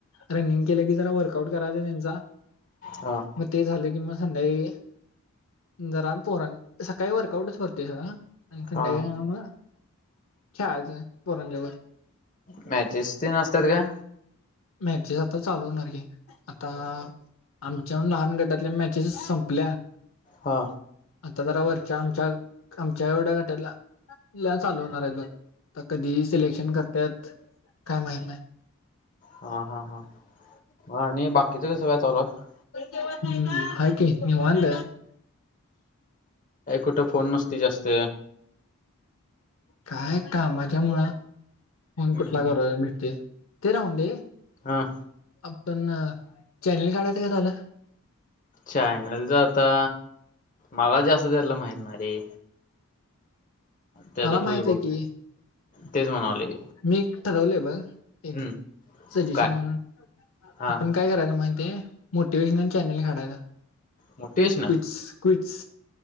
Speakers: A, on the left; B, on the left.
A: रनिंग केलं की जरा वर्कआउट, करायच त्यांचा
B: हा
A: मग ते झालं की मग संडे जरा पोर सकाळी वर्कआउटच भरते सगं आणि थंड्या
B: हा
A: म छाळाचं पोरांजवर.
B: मॅचेस ते असतात का?
A: मॅचेस आता चालू होणार की आता आमच्या लहान गटातले मॅच ज संपल्या.
B: हा
A: आता जरा वरच्या आमच्या आमच्या एवढ्या गटाला ल चालू होणार आहेत बघ कधी सिलेक्शन करतत काय माहीत नाही.
B: हा हा हा आणि बाकीचं कसं काय चालू आहे.
A: हम्म हाय की निवांत.
B: कुठं फोन नसती जास्त.
A: काय कामाच्या मुळं फोन कुठला
B: हम्म.
A: कर भेटतोय. ते राहू दे,
B: हा
A: आपण चॅनल काढयचं का झालं.
B: चॅनलच आता मला जास्त त्यालं माहितनाही रे. ते आता
A: मला माहित
B: तूच बघ
A: आहे की
B: तेच म्हणालोय
A: मी ठरवले आहे बर. एक
B: हम्म
A: सजेशन
B: काय
A: म्हणून
B: हा
A: आपण काय करायला माहि ते मोटिवेशनल चॅनल काढायचा
B: मोटिवेशनल
A: क्विंट्स, क्विंट्स